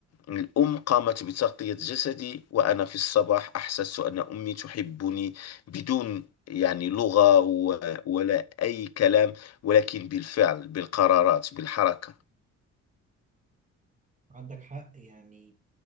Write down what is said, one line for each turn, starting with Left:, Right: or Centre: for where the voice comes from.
Left: الأم قامت بتغطية جسدي وأنا في الصباح أحسست أن أمي تحبني بدون يعني لغة و- ولا أي كلام ولكن بالفعل بالقرارات بالحركة
Right: عندك حق يعني